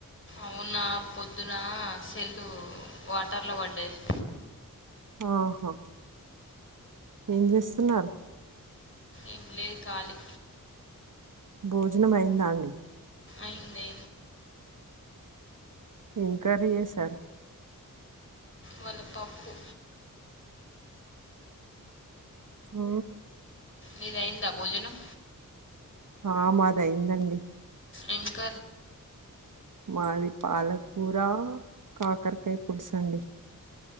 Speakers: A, on the left; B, on the right.
A: అవునా పొద్దున సెల్లు వాటర్ లో పడ్డేది
B: ఆహా ఏం చేస్తున్నారు
A: ఏం లేదు ఖాళీ
B: భోజనం అయిందా అండి
A: అయింది
B: ఎం కర్రీ చేసారు
A: వాళ్ళ పప్పు
B: హ
A: మీద ఎందా భోజనం
B: ఆ మాదయిందండి
A: ఏంక
B: మాది పాలకూర కాకరకాయ పులుసు అండి